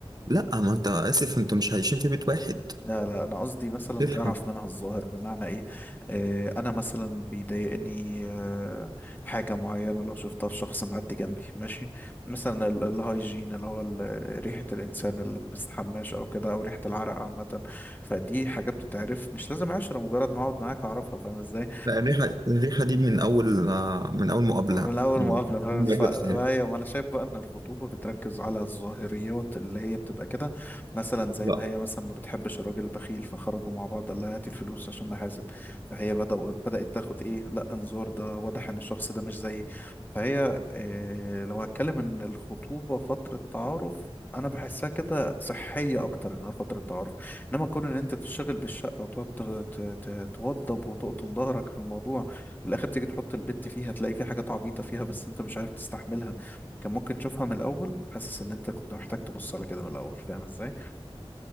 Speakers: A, on the right; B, on the left.
A: لا ما أنت آسف أنتوا مش عايشين في بيت واحد
B: لا لا انا قصدي مثلا
A: تفهم
B: تعرف منها الظاهر بمعنى ايه آه انا مثلا بيضايقني آه حاجه معينه لو شفتها في شخص معدي جنبي ماشي مثلا ال- الهايجين اللي هو ال- ريحه الانسان اللي ما بيستحماش او كده او ريحه العرق عامه فدي حاجه بتتعرف مش لازم عشره مجرد ما اقعد معاك اعرفها فاهم ازاي
A: لا الريحة الريحة دي من أول آه، من أول مقابلة
B: من اول
A: مم.
B: مقابله خالص
A: المقابلة
B: ف... ايوه
A: بتاعتك
B: ما انا شايف بقى ان الخطوبه بتركز على الظاهريات اللي هي بتبقى كده مثلا زي
A: لا
B: ما هي مثلا ما بتحبش الراجل البخيل فخرجوا مع بعض قال لها هاتي الفلوس عشان نحاسب فهي بدأوا بدأت تاخد ايه لا انظار ده واضح ان الشخص ده مش زيي فهي إيه لو هتكلم ان الخطوبه فتره تعارف انا بحسها كده صحيه اكتر انها فتره تعارف انما كون ان انت تشتغل بالشقه وتقعد ت- ت- ت- توضب وتقطن ظهرك في الموضوع في الاخر تيجي تحط البت فيها تلاقي في حاجات عبيطه فيها بس انت مش عارف تستحملها كان ممكن تشوفها من الاول حاسس ان انت كنت محتاج تبص على كده من الاول فاهم ازاي